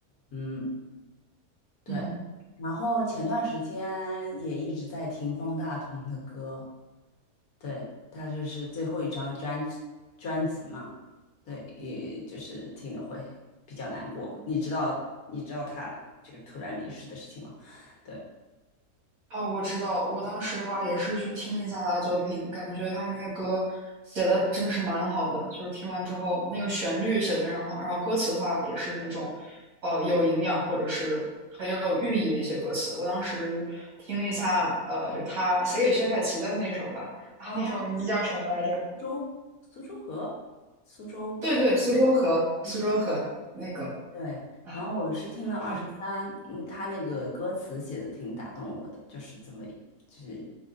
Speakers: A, on the left (about 80°); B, on the right (about 65°).
A: 嗯，对。
B: 嗯，
A: 然后前段时间也一直在听方大同的歌。对，他就是最后一张专辑专辑嘛，对，也就是听的会比较难过。你知道，你知道他这个突然离世的事情吗？对，
B: 哦，我知道，我当时的话也是去听一下他的作品，感觉他那些歌写的真的是蛮好的，就是听完之后那个旋律写的非常好，然后歌词的话也是那种呃有营养或者是很有寓意的一些歌词。我当时听了一下，呃，就是他写给薛凯琪的那首吧，啊，
A: 哦，
B: 那首名字叫什么来着？
A: 苏州，苏州河，苏州，
B: 对对，苏州河，
A: 嗯。
B: 苏州河那个
A: 对，
B: 啊，
A: 然后我是听了二十三，
B: 是，
A: 嗯，他那个歌词写的挺打动我的，就是怎么，就是